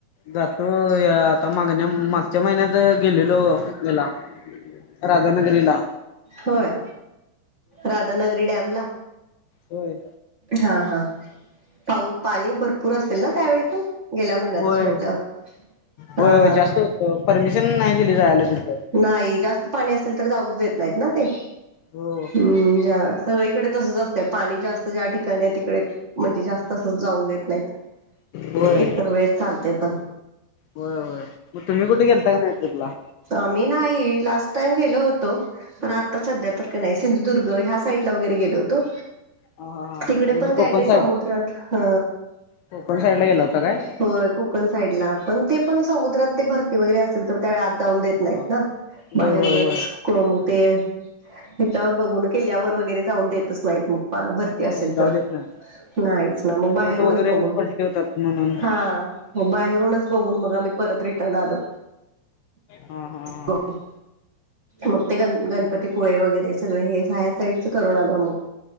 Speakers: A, on the left; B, on the right.
A: जो आता मागण्या मागच्या महिन्यात गेलेलो गला राजधानगरीला
B: होय राधानगरी डॅम ला
A: होय
B: हा हा पाऊ पाणी भरपूर असेल ना त्यावेळी पण गेल्या महिन्यातच
A: होय.
B: म्हटल्यावर
A: होय
B: हा
A: होय
B: हा
A: जास्त परमिशन नाही दिली जायला तिथं
B: नाही जास्त पाणी असेल तर जाऊच देत नाहीत ना ते
A: हो.
B: हम् जा सगळीकडे तसं जा असतं पाणी जास्त ज्या ठिकाणी आहे तिकडे म्हणजे जास्त तं जाऊन देत नाहीत
A: होय.
B: इतर वेळ चालते पण
A: होय होय मग तुम् कुठ ग केलता का नाहीट र पला
B: आम मी नाही लास्ट टाईम गेलो होतो पण आता सध्या तर का नाही सिंधुदुर्ग ह्या साईड वगैरे गेलो होतो
A: हा हा हा.
B: तिकडे
A: म्हणजे
B: पण
A: कोकण
B: काय ते
A: साईड
B: समुद्रात अ
A: कोकण साईडला गेला होता काय?
B: होय कोकण साईडला पण ते पण समुद्रात ते भरती वगैरे असेल तर त्या वेळात जाऊन देत नाही
A: हा.
B: ना बाहेरूनच
A: होय होय होय
B: हो मग ते हच्यावर बघून किल्ल्यावर वगैरे जाऊन देतच नाहीत मग भरती
A: होय
B: असेल
A: जाऊ
B: तर
A: देत नाही
B: नाहीच ना मग बाहेरूनच
A: बोट वगैरे
B: बघून
A: पलटी होतात म्हणून.
B: हा बाहेरूनच बघून मग आम्ही परत रिटर्न आलो
A: हा हा हा.
B: को मग ते गण गणपतीपुळे वगैरे सगळे हे साय्या साईडच करून आल मग